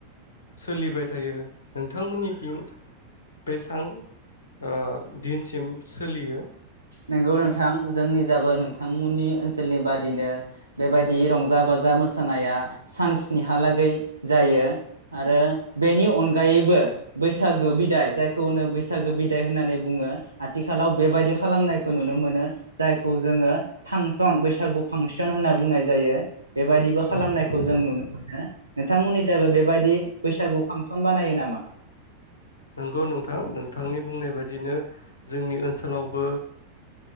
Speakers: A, on the left; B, on the right.
A: सोलिबाय थायो। नोंथांमोननिखिं बेसां ओ दिनसिम सोलियो?
B: नंगौ नोंथां जोंनि जाबो नोंथांमोननि ओनसोलनि बादिनो बेबायदि रंजा बाजा मोसानाया सान स्निहालागै जायो। आरो बेनि अनगायैबो बैसागो बिदाय जाय खौनो बैसागो बिदाय होननानै बुङो आथिखालाव बेबायदि खालामनायखौ नुनो मोनो। जायखौ जोङो फांसन बैसागु फांसन होनना बुंनाय जायो। बेबायदिबो खालामनायखौ
A: नंगौ नोंथां
B: जों नुनो मोनो नोंथांमोननि बो बेबायदि बैसागु फांसन बानायो नामा?
A: नंगौ नोंथां नोंथांनि बुंनाय बायदिनो जोंनि ओनसोलावबो